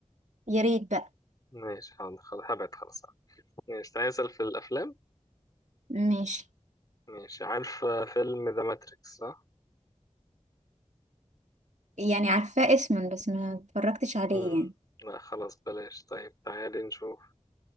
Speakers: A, on the right; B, on the left.
A: يا ريت بقى
B: ماشي حاضر خلاص هبعد خلاص ماشي تعالي نسأل في الأفلام
A: ماشي
B: ماشي عارف فيلم ذا ماتريكس صح؟
A: يعني عارفاه اسما بس ما اتفرجتش عليه
B: مم.
A: يعني
B: لا خلاص بلاش طيب تعالي نشوف